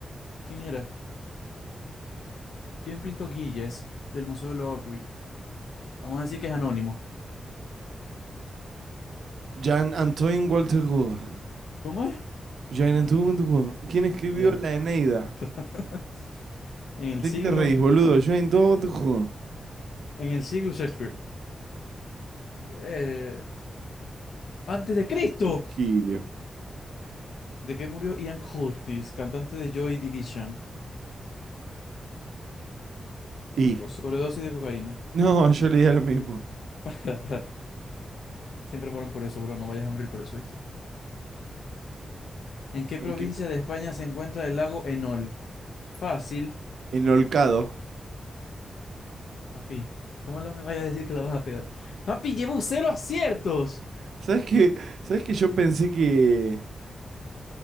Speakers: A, on the left; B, on the right.
A: ¿Quién era? ¿Quién pintó Giles del Museo de Louvre? Vamos a decir que es anónimo.
B: Jean Antoine Walter Gould.
A: ¿Cómo es?
B: Jean Antoine Walter Gould. ¿Quién escribió
A: Ya
B: la Eneida?
A: <laughs> En el
B: ¿De
A: siglo,
B: qué te reís, boludo? Jean Antoine Walter Gould.
A: en el siglo Shakespeare. eh, antes de Cristo,
B: Virgilio.
A: de que murió Ian Curtis, cantante de Joy Division,
B: Y.
A: por sobredosis de cocaína.
B: No, yo le di a lo mismo.
A: <laughs> Siempre mueren por eso, bro. No vayas a morir por eso, ¿viste? ¿En qué
B: ¿En
A: provincia
B: qué?
A: de España se encuentra el lago Enol? Fácil,
B: En Olcado.
A: papi. ¿Cómo no me vaya a decir que la vas a pegar? Papi, llevo cero aciertos.
B: ¿Sabes qué? ¿Sabes qué? yo pensé que,